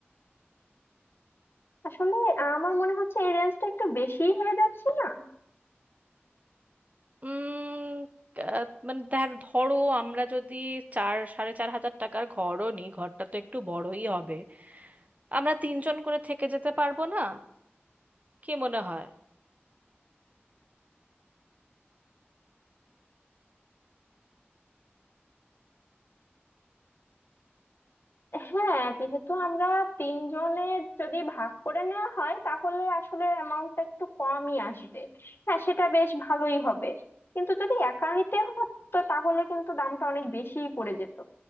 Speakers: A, on the left; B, on the right.
A: আসলে আমার মনে হচ্ছে এই রেঞ্জটা একটু বেশিই হয়ে যাচ্ছে না
B: উম আহ, মানে ধর- ধরো আমরা যদি চার সাড়ে চার হাজার টাকার ঘরও নিই ঘরটা তো একটু বড়ই হবে আমরা তিনজন করে থেকে যেতে পারবো না কি মনে হয়
A: হ্যাঁ যেহেতু আমরা তিনজনে যদি ভাগ করে নেওয়া হয় তাহলে আসলে অ্যামাউন্টটা একটু কমই আসবে হ্যাঁ সেটা বেশ ভালোই হবে কিন্তু যদি একা নিতে হতো তাহলে কিন্তু দামটা অনেক বেশিই পড়ে যেত